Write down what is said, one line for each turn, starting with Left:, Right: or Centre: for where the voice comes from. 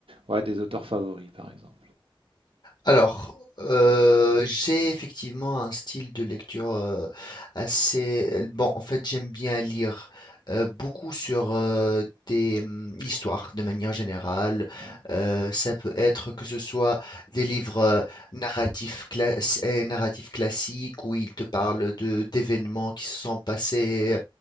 Right: ouais, des auteurs favoris, par exemple.
Left: Alors, euh, j'ai effectivement un style de lecture euh, assez... euh, Bon, en fait, j'aime bien lire euh, beaucoup sur euh, des hum, histoires de manière générale.
Right: Ouais.
Left: Euh, ça peut être que ce soit des livres euh, narratifs, class- euh, narratifs classiques où ils te parlent de d'événements qui se sont passés